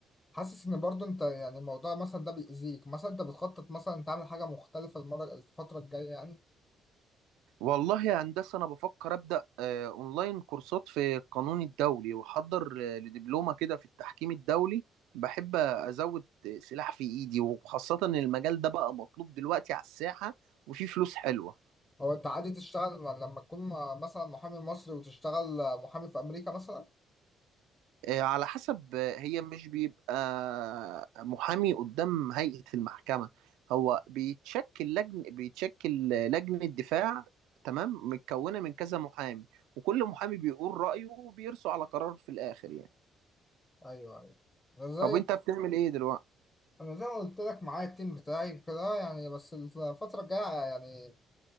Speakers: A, on the left; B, on the right.
A: حاسس ان برضو انت يعني الموضوع مثلا ده بيأذيك مثلا انت بتخطط مثلا تعمل حاجه مختلفه المره الفتره الجايه يعني
B: والله يا هندسة أنا بفكر أبدأ آه، أونلاين كورسات في القانون الدولي وأحضر آه، لدبلومة كده في التحكيم الدولي بحب أزود سلاح في إيدي وخاصة إن المجال ده بقى مطلوب دلوقتي على الساحة وفي فلوس حلوة
A: هو انت عادي تشتغل لما تكون م- مثلا محامي مصري وتشتغل محامي في امريكا مثلا
B: آه، على حسب آه، هي مش بيبقى محامي قدام هيئة المحكمة هو بيتشكل لجن بيتشكل لجنة دفاع تمام متكونة من كذا محامي وكل محامي بيقول رأيه وبيرسوا على قرار في الآخر يعني
A: ايوه ايوه انا زي
B: طب وانت بتعمل ايه دلوقتي؟
A: انا زي ما قلت لك معايا التيم بتاعي وكده يعني بس الفتره الجايه يعني